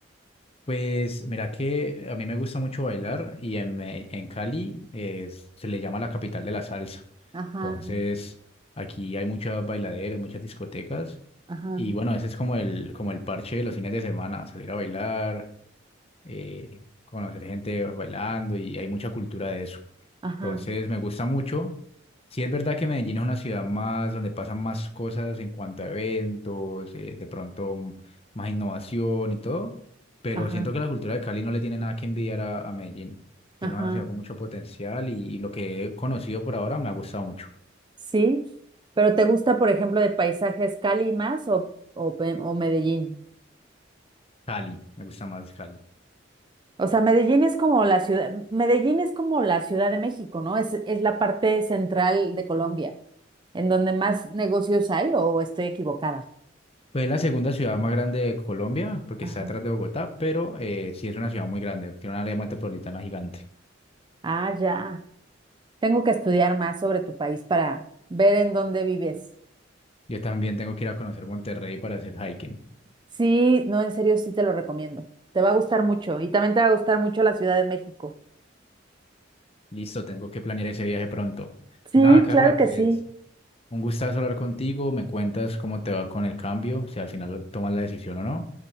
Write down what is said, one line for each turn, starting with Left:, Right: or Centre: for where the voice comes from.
Left: Pues mira que a mí me gusta mucho bailar y en, Me- en Cali eh, se le llama la capital de la salsa.
Right: Ajá.
Left: Entonces aquí hay muchos bailaderos, muchas discotecas
Right: Ajá.
Left: y bueno, ese es como el, como el parche de los fines de semana, salir a bailar, eh, conocer gente bailando y hay mucha cultura de eso.
Right: Ajá.
Left: Entonces me gusta mucho. Sí es verdad que Medellín es una ciudad más donde pasan más cosas en cuanto a eventos, eh, de pronto mm, más innovación y todo, pero
Right: Ajá.
Left: siento que la cultura de Cali no le tiene nada que envidiar a, a Medellín. Tiene
Right: Ajá.
Left: una ciudad con mucho potencial y, y lo que he conocido por ahora me ha gustado mucho.
Right: Sí, pero ¿te gusta, por ejemplo, de paisajes Cali más o, o, Pe- o Medellín?
Left: Cali, me gusta más Cali.
Right: O sea, Medellín es como la ciudad, Medellín es como la Ciudad de México, ¿no? Es, es la parte central de Colombia, en donde más negocios hay, o estoy equivocada.
Left: Pues es la segunda ciudad más grande de Colombia porque
Right: Ajá.
Left: está detrás de Bogotá, pero eh, sí es una ciudad muy grande, tiene una área metropolitana gigante.
Right: Ah, ya. Tengo que estudiar más sobre tu país para ver en dónde vives.
Left: Yo también tengo que ir a conocer Monterrey para hacer hiking.
Right: Sí, no, en serio, sí te lo recomiendo. Te va a gustar mucho y también te va a gustar mucho la Ciudad de México.
Left: Listo, tengo que planear ese viaje pronto.
Right: Sí,
Left: Nada, Carla,
Right: claro
Left: pues
Right: que sí.
Left: un gustazo hablar contigo. Me cuentas cómo te va con el cambio, si al final tomas la decisión o no.